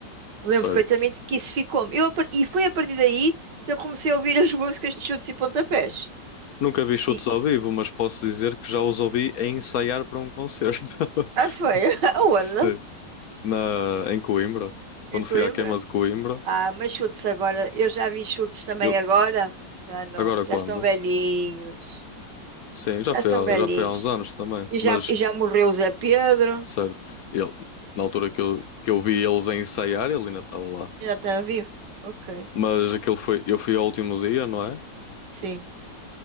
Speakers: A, on the right; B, on the left.
A: Lembro
B: Certo.
A: perfeitamente que isso ficou. Eu, a par- e foi a partir daí que eu comecei a ouvir <laughs> as músicas de chutes e pontapés.
B: Nunca vi chutes
A: E
B: ao vivo, mas posso dizer que já os ouvi a ensaiar para um concerto. <laughs>
A: ah, foi, <laughs> aonde?
B: Sim. Na... Em Coimbra. Quando
A: Em Coimbra.
B: fui à queima de Coimbra.
A: Ah, mas chutes agora, eu já vi chutes também
B: Eu...
A: agora. Já não,
B: Agora
A: já
B: quando?
A: estão velhinhos.
B: Sim, já
A: Já
B: foi,
A: estão
B: há-
A: velhinhos.
B: já foi há uns anos também.
A: E já,
B: Mas,
A: e já morreu o Zé Pedro.
B: certo, ele, na altura que eu, que eu vi eles a ensaiar, ele ainda estava lá.
A: Ainda está vivo? Ok,
B: Mas aquele foi, eu fui ao último dia, não é?
A: sim.